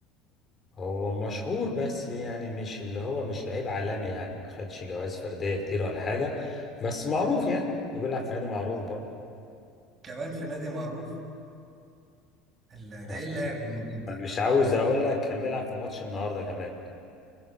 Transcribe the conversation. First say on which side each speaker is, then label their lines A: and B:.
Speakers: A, on the left; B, on the right.
A: هو مشهور بس يعني مش اللي هو مش لعيب عالمي يعني ما خدش جوائز فردية كتير ولا حاجة بس معروف يعني بيلعب في نادي معروف برضه
B: كمان في نادي معروف لا
A: <laughs>
B: ده
A: أنا
B: ايه
A: مش
B: اللاعب المريب ده
A: مش عاوز اقول لك كان بيلعب في ماتش النهارده كمان